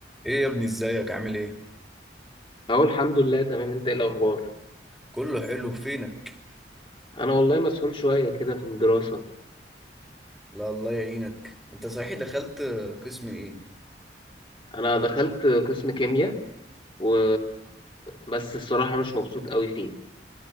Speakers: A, in the centre; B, on the left (about 30°).
A: ايه يا ابني ازيك عامل ايه
B: اهو الحمد لله تمام انت ايه الاخبار
A: كله حلو فينك
B: انا والله مسحول شويه كده في الدراسه
A: لا الله يعينك انت صحيح دخلت قسم ايه
B: انا دخلت قسم كيمياء و بس الصراحه مش مبسوط قوي فيه